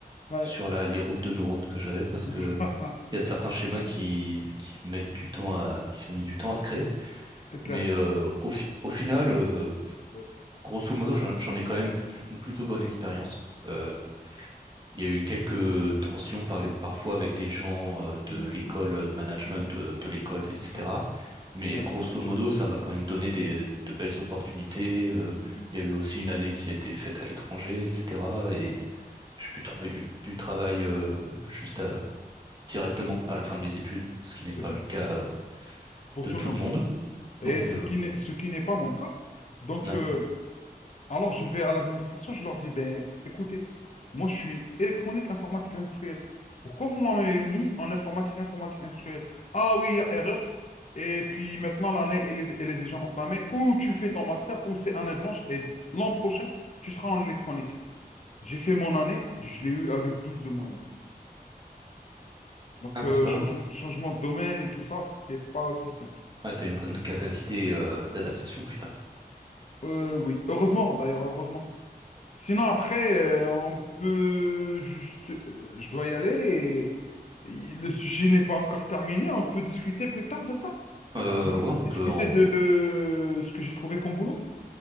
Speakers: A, on the left; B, on the right.
A: Ouais.
B: sur la- les routes de neurones que j'avais parce
A: <laughs>
B: que il y a certains schémas qui, qui mettent du temps à, qui sont mis du temps à se créer.
A: C'est
B: Mais
A: clair.
B: euh, au, fi- au final, euh,
A: Ouais.
B: grosso modo, j'en j'en ai quand même pl- une plutôt bonne expérience. Euh, il y a eu quelques tensions par- parfois avec des gens euh, de
A: Mm,
B: l'école
A: mm.
B: euh, management
A: Ouais.
B: euh, de, l'école,
A: Ouais,
B: etc.
A: je vois ça.
B: Mais
A: Ouais,
B: grosso modo, ça m'a quand même donné des, de belles opportunités. Euh,
A: c'est bien.
B: il y a eu aussi une année qui était faite à l'étranger, etc. Et
A: C'est bien.
B: j'ai pu trouver du, du travail euh, juste à- directement à la fin de mes études, ce qui n'est
A: C'est
B: pas
A: bien.
B: le cas
A: Pour
B: de
A: tout
B: tout
A: le monde.
B: le monde.
A: Et
B: Donc,
A: ce
B: euh,
A: qui n'est ce qui n'est pas mon cas. Donc,
B: ouais.
A: euh, Alors, je vais à l'administration, je leur dis, ben, écoutez, moi, je suis électronique, informatique industrielle. Pourquoi vous m'avez mis en informatique, informatique industrielle? Ah oui, il y a erreur. Et puis maintenant, l'année, elle est, elle est déjà entamée. Ou tu fais ton master, ou c'est année blanche. Et l'an prochain, tu seras en électronique. J'ai fait mon année, je l'ai eu avec 12 de moyenne. Donc,
B: Ah bah
A: euh,
B: c'est pas
A: change-
B: mal.
A: changement de domaine et tout ça, c'était pas aussi simple.
B: Ah, t'as une bonne capacité euh, d'adaptation au final.
A: Euh, oui, heureusement, d'ailleurs, heureusement. Sinon, après, euh, on peut juste... euh, Je dois y aller et et le sujet n'est pas encore terminé. On peut discuter plus tard de ça.
B: Euh,
A: On
B: ouais, on peut
A: discuter
B: en...
A: de euh, ce que j'ai trouvé comme boulot.